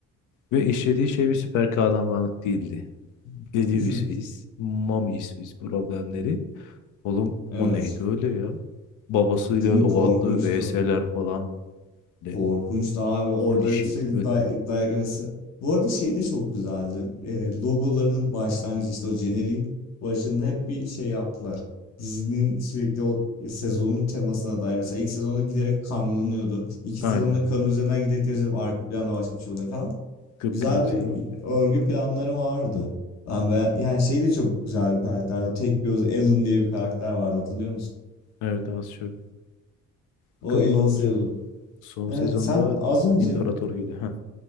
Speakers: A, on the left (about 80°); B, on the left (about 60°).
A: Ve işlediği şey bir süper kahramanlık değildi. Dedi
B: <laughs>
A: İsviz. Mami İsviz problemleri. Oğlum
B: Evet.
A: o neydi öyle ya? Babasıyla
B: Değil mi?
A: o
B: Korkunçtu.
A: attığı VS'ler falan. De,
B: Korkunçtu abi. Orada
A: holy shit
B: şey
A: böyle.
B: day dayak yemesi. Bu arada şey de çok güzeldi. E, logolarının başlangıcı işte o jeneriğin başında hep bir şey yaptılar. Dizinin sürekli o sezonun temasına dair. Mesela ilk sezonda giderek kanlanıyordu. İki
A: Aynen.
B: sezonda kanın üzerinden giderek temizlenip arka planda başka bir şey oluyor falan.
A: Kıpkırmızı
B: Güzel bir
A: değil mi?
B: örgü planları vardı. Ben be yani şey de çok güzel bir karakter. O tek göz Alan diye bir karakter vardı hatırlıyor musun?
A: Evet az çok. Bakalım
B: O Alan'ı
A: ne olacak?
B: seviyordum.
A: Son
B: Evet
A: sezonda
B: sen az önce
A: İmparator geliyor. Heh.